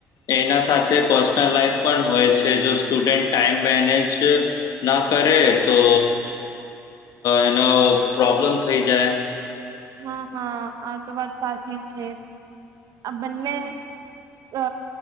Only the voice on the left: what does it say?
એના સાથે પર્સનલ લાઈફ પણ હોય છે જો સ્ટુડન્ટ ટાઈમ મેનેજ ના કરે તો એનો પ્રોબ્લમ થઈ જાય.